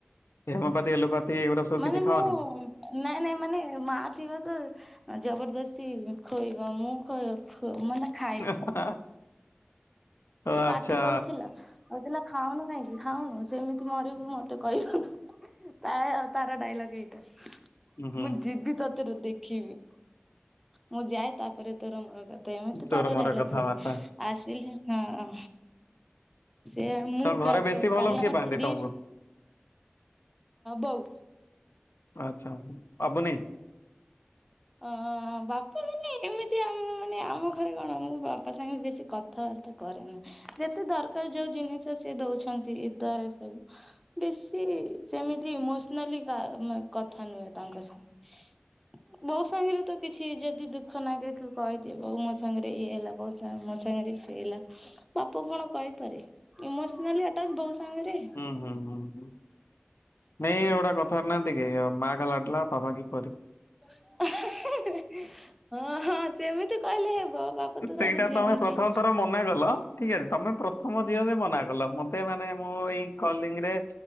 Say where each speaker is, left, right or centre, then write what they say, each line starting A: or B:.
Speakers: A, on the left; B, in the centre.
A: ହେମପାତି ଏଲୋପା ଏଗୁଡ଼ା ସବୁ
B: ମାନେ
A: କିଛି
B: ମୁଁ
A: ଖାଅନିକି?
B: ନାଇଁ ନାଇଁ ମାନେ ମା ଥିବାଙ୍କୁ ଜବରଦସ୍ତି ଖୁଇବ ମୁଁ ଖୁଇ ଖୁ ମୁଁ ମାନେ ଖାଏନା
A: <unintelligible>
B: ସିଏ
A: ଓ
B: ପାଟି
A: ଆଚ୍ଛା।
B: କରୁଥିଲା କହୁଥିଲା ଖାଉନୁ କାହିଁକି ଖାଉନୁ ସେମିତି ମରିବୁ ମତେ କହିବୁନି ତା ତାର ଡାଇଲଗ୍ ଏଇଟା।
A: ହୁଁ ହୁଁ
B: ମୁଁ ଯିବି ତତେରେ ଦେଖିବି ମୁଁ ଯାଏ ତାପରେ ତୋର ମର କ ଏମିତି
A: ତୋର
B: ତାର
A: ମୋର
B: ଡାଇଲଗ
A: କଥାବାର୍ତ୍ତା
B: ସବୁ ଆସିଲେ ହଁ। ସେ ମୁଁ
A: ତ ଘରେ
B: କା
A: ବେଶୀ
B: କ
A: ଭଲ
B: କାଲି
A: କିଏ
B: ଆମର
A: ପାଆନ୍ତି
B: ଫ୍ରିଜ୍
A: ତମକୁ?
B: ବୋଉ
A: ଆଚ୍ଛା ପାବୁନି
B: ଅ ବାପା ମାନେ ଏମିତି ଆମ ମାନେ ଆମ ଘରେ କଣ ମୁଁ ବାପା ସାଙ୍ଗରେ ବେଶୀ କଥା ର୍ତ୍ତା କରେନି ଯେତେ ଦରକାର୍ ଯୋଉ ଜିନିଷ ସିଏ ଦଉଛନ୍ତି ଇଦ ଏ ସବୁ। ବେଶୀ ସେମିତି ଇମୋସନାଲି କା ମ କଥା ନୁହେଁ ତାଙ୍କ ସାଙ୍ଗେ ବୋଉ ସାଙ୍ଗରେତ କିଛି ଯଦି ଦୁଃଖ ନାଗେ କହିଦିଏ ବୋଉ ମୋ ସାଙ୍ଗରେ ଇଏ ହେଲା ବୋଉ ମୋ ସାଙ୍ଗରେ ସିଏ ହେଲା ବାପାକୁ କଣ କହିପାରେ ଇମୋସନାଲି ଆଟାଚ୍ ବୋଉ ସାଙ୍ଗରେ।
A: ହୁଁ ହୁଁ ହୁଁ ହୁଁ ନାଇଁ ଏଉଟା କଥା ହଉ ନାହିକି ମାକା ଲାଡ଼ଲା ବାପାକି ପରି।
B: <unintelligible> ହଁ, ହଁ ସେମିତି କହିଲେ ହେବ ବାପା ତ
A: ସେଇଟା
B: ସବୁ ଦିଅନ୍ତି
A: ତମେ ପ୍ରଥମ ଥର ମନା କଲ। ଠିକ୍ ଅଛି ତମେ ପ୍ରଥମ ଝିଅ ଯେ ମନା କଲ ମତେ ମାନେ ମୁଁ ଏଇ କଲିଙ୍ଗ୍ ରେ